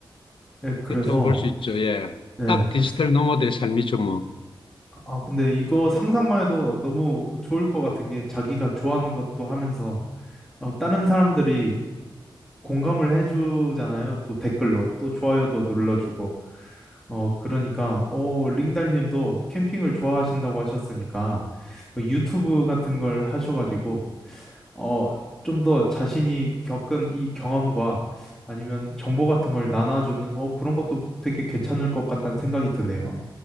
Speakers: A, in the centre; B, on the left.
A: 네, 그래서
B: 그렇다고 볼 수 있죠. 예.
A: 네.
B: 딱 디지털 노마드의 삶이죠, 뭐.
A: 아 근데 이거 상상만 해도 너무 좋을 것 같은 게 자기가 좋아하는 것도 하면서 어, 다른 사람들이 공감을 해주잖아요. 또 댓글로 또 좋아요도 눌러주고 어, 그러니까, 어, 링달님도 캠핑을 좋아하신다고 하셨으니까, 뭐 유튜브 같은 걸 하셔가지고, 어, 좀 더 자신이 겪은 이 경험과 아니면 정보 같은 걸 나눠주는, 어, 그런 것도 되게 괜찮을 것 같다는 생각이 드네요.